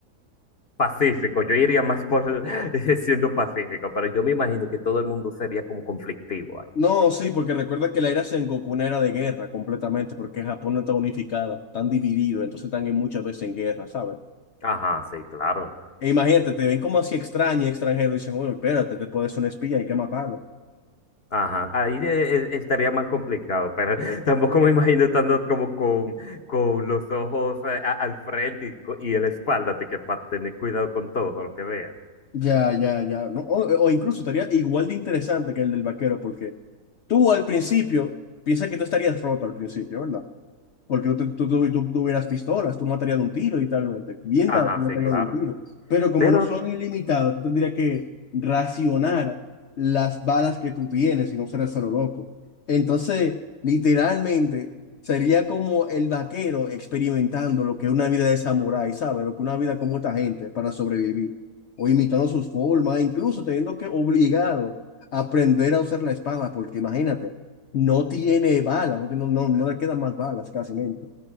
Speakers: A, on the left; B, on the left.
A: pacífico, yo iría más por <laughs> siendo pacífico, pero yo me imagino que todo el mundo sería como conflictivo ahí.
B: No, sí, porque recuerda que la era Sengoku una era de guerra completamente, porque Japón no está unificada, están divididos, entonces están en muchas veces en guerra, ¿sabes?
A: Ajá, sí, claro.
B: E imagínate, te ven como así extraño, extranjero, y dicen, oye, espérate, te puedes ser un espía, hay que matarlo.
A: Ajá, ahí de- e- estaría más complicado, pero <laughs> tampoco me imagino estando como con, con los ojos eh, a- al frente y, co- y en la espalda, así que para tener cuidado con todo lo que vea.
B: Ya, ya, ya. No, o, o incluso estaría igual de interesante que el del vaquero, porque tú al principio piensas que tú estarías roto al principio, ¿verdad? Porque tú, te- tú, tú, tú- tú hubieras pistolas, tú matarías de un tiro, literalmente. Bien
A: Ajá,
B: dado, tú matarías
A: sí, claro.
B: de un tiro. Pero como
A: Pero
B: no son ilimitadas, tú tendrías que racionar las balas que tú tienes y no ser solo loco. Entonces, literalmente, sería como el vaquero experimentando lo que es una vida de samurái, ¿sabes? Lo que una vida como esta gente para sobrevivir. O imitando sus formas, incluso teniendo que obligado a aprender a usar la espada, porque imagínate. No tiene balas, no, no, no, no le quedan más balas casi mente.